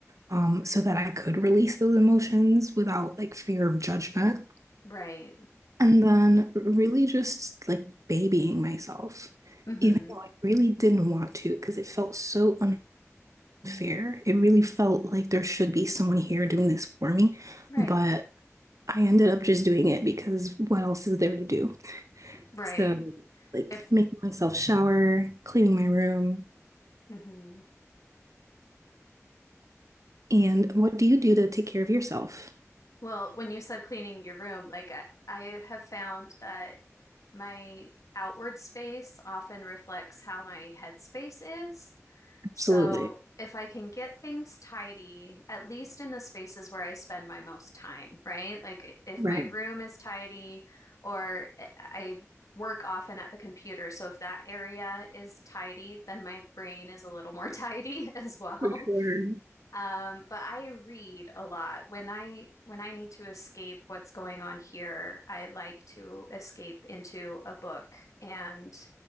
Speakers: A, on the right; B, on the left.
A: um, so that I could release those emotions without like fear of judgment.
B: Right.
A: And then really just like babying myself,
B: hmm
A: even though I really didn't want to, because it felt so unfair. It really felt like there should be someone here doing this for me,
B: Right.
A: but I ended up just doing it because what else is there to do?
B: Right.
A: So, like
B: If
A: making myself shower, cleaning my room.
B: hmm
A: And what do you do to take care of yourself?
B: Well, when you said cleaning your room, like I, I have found that my outward space often reflects how my headspace is.
A: Absolutely.
B: So if I can get things tidy, at least in the spaces where I spend my most time, right? Like if
A: Right.
B: my room is tidy or I I work often at the computer. So if that area is tidy, then my brain is a little more <laughs> tidy as well.
A: For sure.
B: Um, but I read a lot. When I when I need to escape what's going on here, I like to escape into a book. And